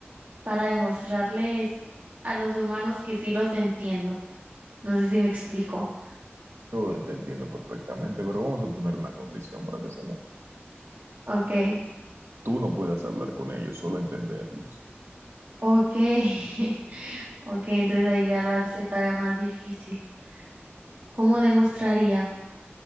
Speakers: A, on the right; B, on the right.
A: para demostrarles a los humanos que sí los entiendo. No sé si me explico.
B: Yo te entiendo perfectamente, pero vamos a poner una condición para que se ma-
A: Ok,
B: Tú no puedas hablar con ellos, solo entenderlos.
A: ok. <laughs> Ok, entonces ahí ya lo hace todavía más difícil. ¿Cómo demostraría